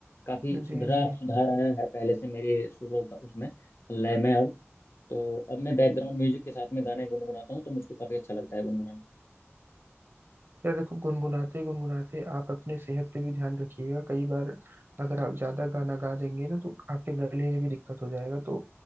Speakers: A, on the left; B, on the right.
A: काफी सुधरा
B: जी जी
A: सुधार आया है पहले से मेरे सुर और उसमें लय में अब तो अब मैं बैकग्राउंड म्यूजिक के साथ में गाने गुनगुनाता हूँ तो मुझको काफी अच्छा लगता है गुनगुनाना
B: यार देखो गुनगुनाते गुनगुनाते आप अपने सेहत पे भी ध्यान रखिएगा कई बार अगर आप ज्यादा गाना गा देंगे ना तो आपके गले में भी दिक्कत हो जाएगा तो